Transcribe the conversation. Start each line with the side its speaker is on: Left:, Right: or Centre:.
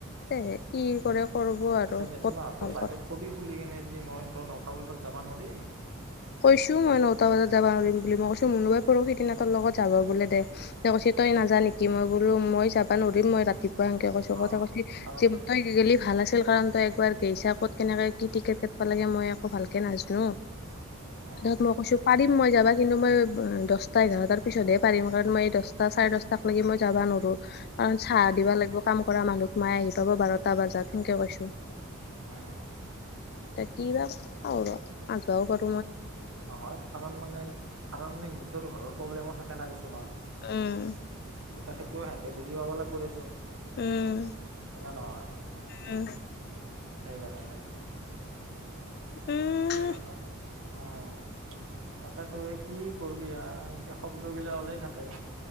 Left: তেহে কি কৰে কৰব আৰু
Right: এতিয়া জেঠীমাহঁতৰ
Left: ক'ত ভাল
Right: বাইদেউক
Left: কৰে
Right: কবি খুলি কেনে, যে মই তুৰ ন'টা বজাত যাবা নৰিম।
Left: কৈছোঁ মই নটা বজাত যাব নোৱাৰিম বুলি, মই কৈছোঁ মুনুবাই
Right: অ'
Left: পৰশি দিনা তুৰ লগত যাব বোলে দে। তেতিয়া কৈছি তই নাযা নেকি? মই বোলো মই যাবা নৰিম, মই ৰাতিপুৱা সেনকে কৈছি,
Right: অ'
Left: কওঁতে কৈছি
Right: কাৰণ
Left: তই গেলি ভাল আছিল, কাৰণ তই একবাৰ গেইছা, ক'ত কেনেকে কি টিকেট কাটিব লাগে, মই একো ভালকে নাজনো।
Right: উম
Left: তাৰপিছত মই কৈছোঁ পাৰিম মই যাবা। কিন্তু মই দশটা এঘাৰটাৰ পিছতহে পাৰিম, কাৰণ মই দশটা চাৰে দশটা টাক লাগি মই যাবা নৰো। কাৰণ চাহ
Right: উম
Left: দিবা লাগব কাম কৰা মানুহোক, মাই আহি পাব বাৰটা বাজাত সেনকে কৈছোঁ।
Right: উম।
Left: তে কি বা কৰোঁ ৰ, নাযবাও পাৰোঁ।
Right: নহয় কাৰণ মানে, কাৰণ মানে নিজৰ ঘৰৰ প্ৰব্লেমো থাকে না কিছুমান।
Left: উম।
Right: এতিয়া সেটোও সেঁহেতে বুজি পাব লাগব দেচোন।
Left: উম,
Right: হয়নে নহয়?
Left: উম,
Right: সেইকাৰণে।
Left: উম,
Right: সেইকাৰণে কৰলোঁ। উম, তাকেটো এই কি কৰবি আৰ এনেকে শব্দগিলা ওলাই থাকে।